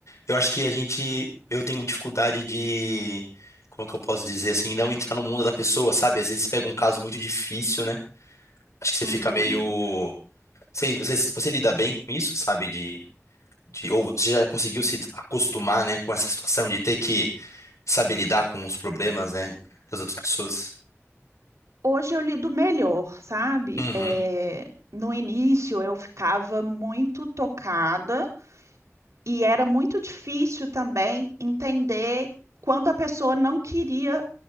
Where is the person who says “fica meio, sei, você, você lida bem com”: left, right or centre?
Left